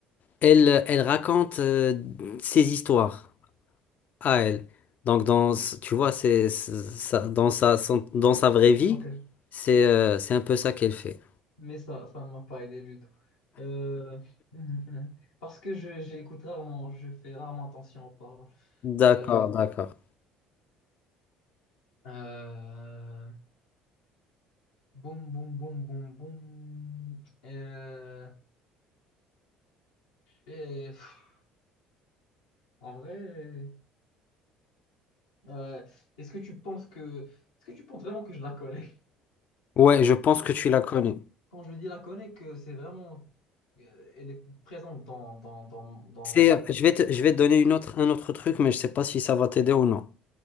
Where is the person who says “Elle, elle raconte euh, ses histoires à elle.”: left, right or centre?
Left